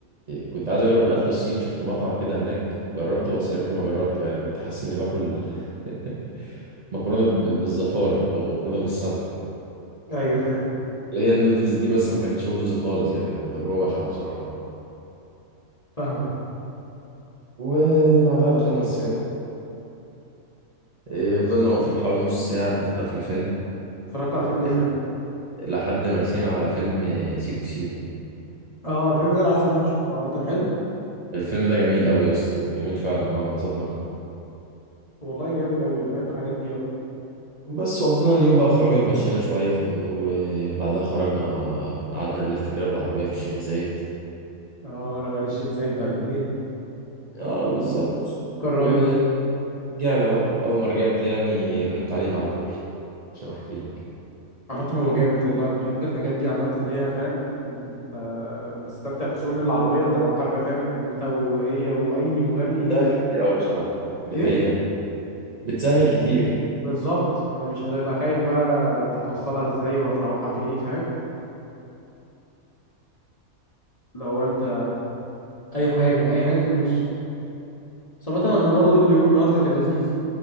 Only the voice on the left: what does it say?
ايوه فاهم
فاهمك
اتفرجت على فيلم
ايه في الآخر؟
اه الفيلم ده انا عايز اروح اشوفه عامه حلو
والله جامد قوي انا بحب الحاجات دي قوي
اه روقان الشيخ زايد بقى بالليل
كان
رايق
عامة هو جامد والله انا بحب الحاجات دي عامة اللي هي فاهم انت بتستمتع خصوصا العربية انت لو معاك عربية فاهم إن انت وهي واي مغني
هي بت...
ايه
بالظبط مش هتبقى خايف بقى انت هتوصلها ازاي ولا تروحها بايه فاهم لو انت اي حاجة اي حاجة في النص صراحة انا أنا برضو اليوم النهارده كان لذيذ